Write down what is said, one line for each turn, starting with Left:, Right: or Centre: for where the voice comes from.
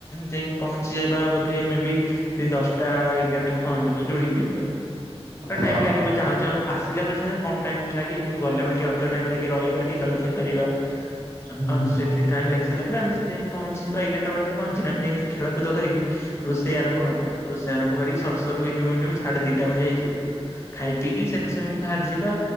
Left: ଯାଇଙ୍କି ପହଞ୍ଚି ଯିବା ବୋଧେ ମେ ବି ସେଇ ଦଶଟା ଏଗାରଟା ରେ ପହଞ୍ଚିଯିବ ଯୋଉଠିକି ବି ଯିବା
Right: ହଁ
Left: ଟାଇମ ଲାଗିବ
Right: ହଁ
Left: ଯାଉ ଯାଉ ଆସିଲା ବେଳେ ସିନା କମ ଟାଇମ ଲାଗେ କିନ୍ତୁ ଗଲାବେଳେ ଟିକେ ଅଧିକ ଟାଇମ୍ ଲାଗେ ରହିବା ଟିକେ ଜଳଖିଆ କରିବା
Right: ହୁଁ
Left: ଆଉ
Right: ହୁଁ
Left: ସେଠି ଟାଇମ୍ ଲାଗି ସାଇଲା ପରେ ଆମେ ସେଠ ଯାଇଙ୍କୀ ପହଞ୍ଚି ଯିବା ଏଗାରଟା ବାଟାରେ ପହଞ୍ଚିବା ଆମେ ଯେମିତି ଖେଳକୁଦ କରିକି ରୋଷେଇ ଆରମ୍ଭ କରିଦବା ରୋଷେଇ ଆରମ୍ଭ କରି ସରୁ ସରୁ ହେଇଯିବ ମିନିମମ୍ ସାଢେ ଦିଟା ଭଳିଆ ହେଇଯିବ ଖାଇ ପିଇକି ସେଠୁ ସେମିତି ବାହାରିଯିବା